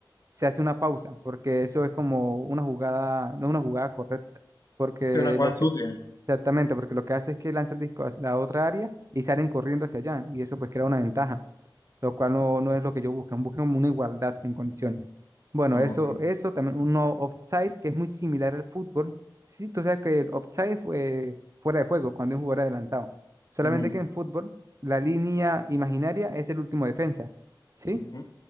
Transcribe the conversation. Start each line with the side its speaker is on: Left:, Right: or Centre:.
Right: se hace una pausa, porque eso es como una jugada, no es una jugada correcta, porque
Left: Sí, una cosa
Right: lo que,
Left: sucia.
Right: exactamente, porque lo que hace es que lanza el disco a la otra área y salen corriendo hacia allá, y eso pues crea una ventaja lo cual no, no es lo que ellos buscan, buscan una igualdad en condiciones. Bueno,
Left: Ah,
Right: eso,
Left: Ok.
Right: eso también, uno offside, que es muy similar al fútbol. Sí, tú sabes que el offside fue fuera de juego, cuando es un jugador adelantado. Solamente
Left: Ujú,
Right: que en fútbol, la línea imaginaria es el último defensa, ¿sí?
Left: ujú.